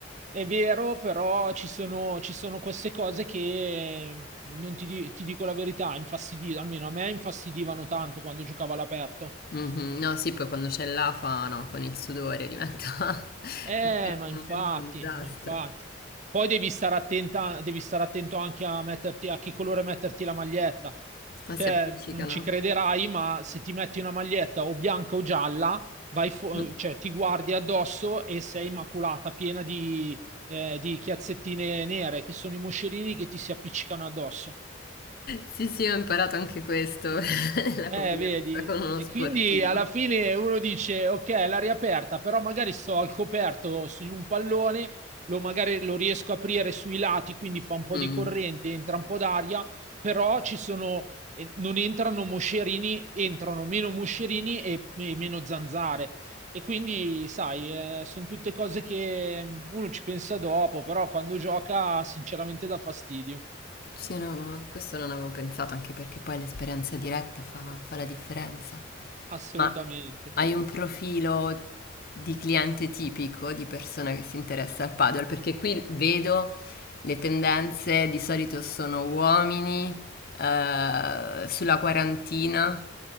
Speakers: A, on the right (about 35°); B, on the left (about 50°).
A: è vero, però ci sono, ci sono queste cose che non ti, di- ti dico la verità, infastidivano, almeno a me infastidivano tanto quando giocavo all'aperto.
B: Mhm. No, sì, poi quando c'è l'afa, no, con il sudore diventa <laughs>
A: Eh,
B: effettivamente
A: ma infatti,
B: un disastro.
A: ma infatti. Poi devi stare attenta, devi stare attento anche a metterti, a che colore metterti la maglietta.
B: Ma
A: Te
B: si appiccicano.
A: non ci crederai, ma se ti metti una maglietta o bianca o gialla, vai fu-
B: Mm.
A: cioè, ti guardi addosso e sei maculata, piena di, eh, di chiazzettine nere, che sono i moscerini che ti si appiccicano addosso.
B: Sì, sì, ho imparato anche questo, <laughs> la
A: Eh,
B: convivenza
A: vedi?
B: con uno
A: E
B: sportivo.
A: quindi alla fine uno dice, ok, l'aria aperta, però magari sto al coperto in un pallone, lo magari lo riesco a aprire sui lati, quindi fa un po'
B: Mm.
A: di corrente, entra un po' d'aria, però ci sono, eh, non entrano moscerini, entrano meno moscerini e, e meno zanzare. E quindi, sai, eh, sono tutte cose che mm, uno ci pensa dopo, però quando gioca sinceramente dà fastidio,
B: Sì, no, no, questo non avevo pensato, anche perché poi l'esperienza diretta fa, fa la differenza.
A: assolutamente.
B: Ma hai un profilo di cliente tipico, di persona che si interessa al paddle? Perché qui vedo le tendenze, di solito sono uomini, eh, sulla quarantina,